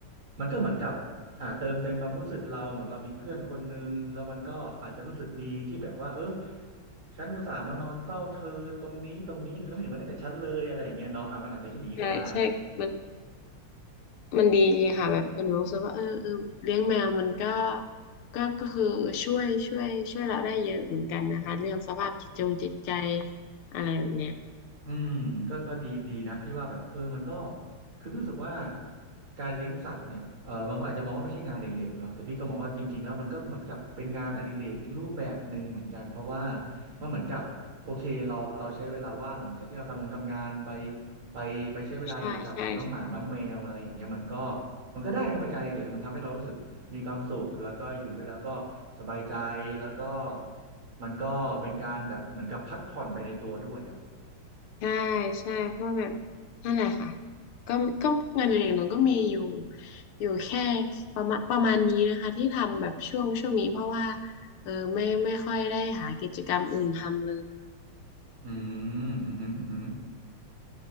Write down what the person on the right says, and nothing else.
มันก็เหมือนกับอ่าเติมเต็มความรู้สึกเราเหมือนเรามีเพื่อนคนนึงแล้วมันก็อาจจะรู้สึกดีที่แบบว่าเออฉันอุตส่าห์มานอนเฝ้าเธอตรงนี้ตรงนี้เธอไม่เห็นมาเล่นกับฉันเลยอะไรอย่างเงี้ยเนาะอ่ะมันอาจจะคิดอย่างนี้ก็ได้
อืมก็ก็ดีดีนะพี่ว่าแบบเออมันก็คือพี่รู้สึกว่าการเลี้ยงสัตว์เนี่ยเออบางคนอาจจะมองว่าไม่ใช่งานอดิเรกเนาะแต่พี่ก็มองว่าจริงๆแล้วมันก็เหมือนกับเป็นงานอดิเรกรูปแบบหนึ่งเหมือนกันเพราะว่ามันเหมือนกับโอเคเราเราใช้เวลาว่างหลังจากที่เราทำงานทำงานไปไปไปใช้เวลาอยู่กับน้องหมาน้องแมวอะไรอย่างเงี้ยมันก็
มันก็ได้นะเป็นการอดิเรกมันทำให้เรารู้สึกมีความสุขแล้วก็อยู่ด้วยแล้วก็สบายใจแล้วก็มันก็เป็นการแบบเหมือนกับพักผ่อนไปในตัวด้วยอ่ะ
อืมอืมอหืมออือหือ